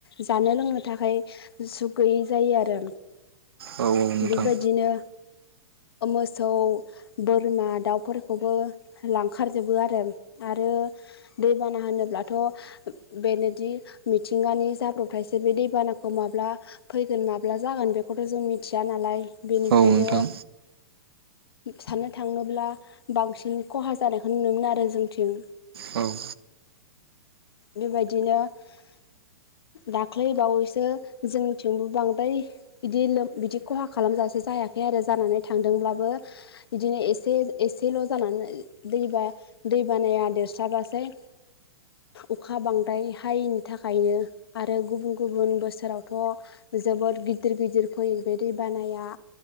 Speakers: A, on the left; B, on the right.
A: जानो लोंनो थाखाय सुख गैयि जायो आरो।
B: औ नोंथां
A: बेबायदिनो <inaudible> ओ मोसौ बोरमा दाउफोरखौबो लांखारजोबो आरो आरो दैबाना होनोब्लाथ' बेनोदि मिथिंगानि जाब्रबथायसो बे दैबानाखौ माब्ला फैगोन माब्ला जागोन बेखौथ' जों मिथिया नालाय। बेनिखायनो
B: औ नोंथां
A: साननो थाङोब्ला बांसिन खहा जानायखौ नुनो मोनो आरो जोंनिथिं।
B: औ।
A: बेबायदिनो <inaudible> दाख्लै बावैसो जोंनिथिंबो बांद्राय बिदि लोम बिदि खहा खालामजासे जायाखै आरो जानानै थांदोंब्लाबो बिदिनो एसे एसेल' जानानै दैबा दै बानाया देरस्राबासै अखा बांद्राय हायैनि थाखायनो आरो गुबुन गुबुन बोसोराव थ' जोबोद गिदिर गिदिर फैयो बे दै बानाया।